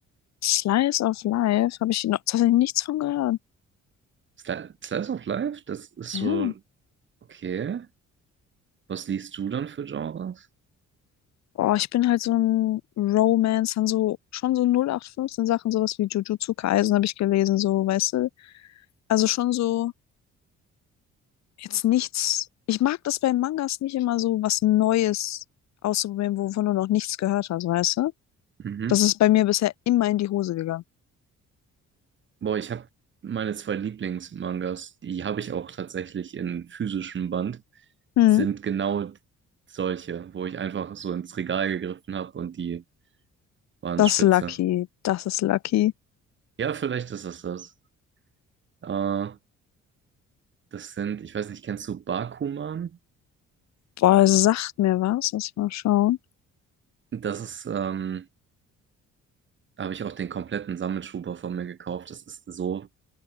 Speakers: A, on the left (about 65°); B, on the right (about 40°).
A: Slice of Life habe ich noch tatsächlich nichts von gehört.
B: Sli Slice of Life? Das ist
A: Ja.
B: so, okay. Was liest du dann für Genres?
A: Boah, ich bin halt so ein Romance, dann so schon so null acht fünfzehn Sachen, sowas wie Jujutsu Kaisen habe ich gelesen, so, weißt du? Also schon so jetzt nichts. Ich mag das bei Mangas nicht immer so was Neues auszuprobieren, wovon du noch nichts gehört hast, weißt du?
B: Mhm.
A: Das ist bei mir bisher immer in die Hose gegangen.
B: Boah, ich habe meine zwei Lieblingsmangas, die habe ich auch tatsächlich in physischem Band,
A: Hm.
B: sind genau solche, wo ich einfach so ins Regal gegriffen habe und die waren
A: Das
B: spitze.
A: ist Lucky, das ist Lucky.
B: Ja, vielleicht ist es das. Äh, das sind, ich weiß nicht, kennst du Bakuman?
A: Boah, es sagt mir was, lass ich mal schauen.
B: Das ist, ähm, da habe ich auch den kompletten Sammelschuber von mir gekauft. Das ist so